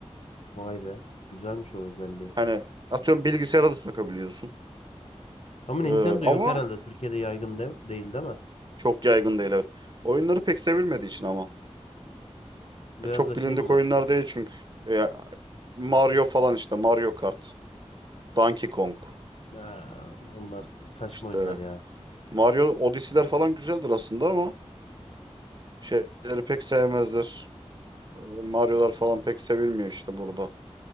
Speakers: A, on the left; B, on the right.
A: Vay be. Güzelmiş o özelliği.
B: Hani atıyorum bilgisayara da takabiliyorsun.
A: Ama Nintendo
B: Ee, ama
A: yok herhalde. Türkiye'de yaygın de değil değil mi?
B: çok yaygın değil evet. Oyunları pek sevilmediği için ama.
A: Biraz
B: Ya çok
A: da şey
B: bilindik
A: mi var?
B: oyunlar değil çünkü. Ya Mario falan işte Mario Kart, Donkey Kong
A: Ha, onlar saçma
B: işte
A: oyunlar ya.
B: Mario Odyssey'ler falan güzeldir aslında ama şeyleri pek sevmezler. Ee, Mario'lar falan pek sevilmiyor işte burada.